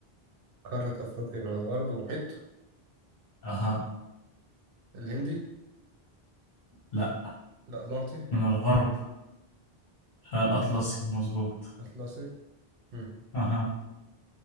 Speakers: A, on the right; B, on the left.
A: قارة أفريقيا من الغرب محيط
B: اها
A: الهندي
B: لا
A: الأطلنطي
B: من الغرب آه، الاطلسي مظبوط
A: الأطلسي مم.
B: اها